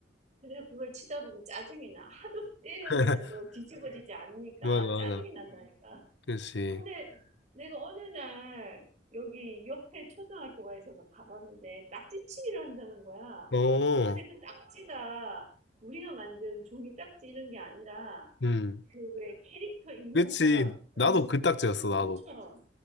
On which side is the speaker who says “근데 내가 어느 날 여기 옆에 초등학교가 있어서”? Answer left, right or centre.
Right